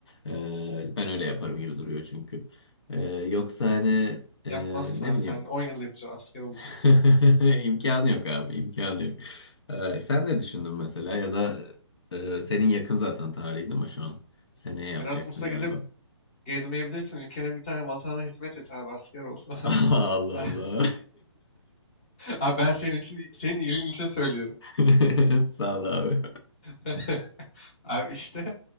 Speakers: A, on the left; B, on the left.
A: E, ben öyle yaparım gibi duruyor çünkü. Ee, yoksa hani e,
B: Yapmazsan
A: ne bileyim
B: sen 10 yıl yapacaksın. Asker olacaksın.
A: <laughs> imkanı yok abi imkanı yok. Ee, sen ne düşündün mesela ya da e, senin yakın zaten tarihin değil mi şu an? Seneye yapacaksın
B: Erasmus'a
A: galiba.
B: gidip gezmeyebilirsin. Ülkene bir tane vatana hizmet et abi. Asker ol falan.
A: <laughs> Allah
B: <laughs>
A: Allah.
B: Abi ben senin için, senin iyiliğin için söylüyorum.
A: <laughs> Sağ ol abi.
B: <laughs> Abi işte